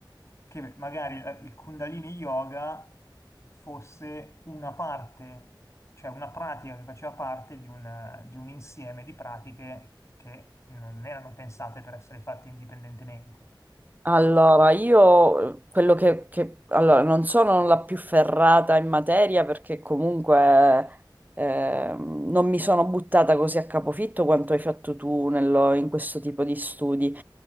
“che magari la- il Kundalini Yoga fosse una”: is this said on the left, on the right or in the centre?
Left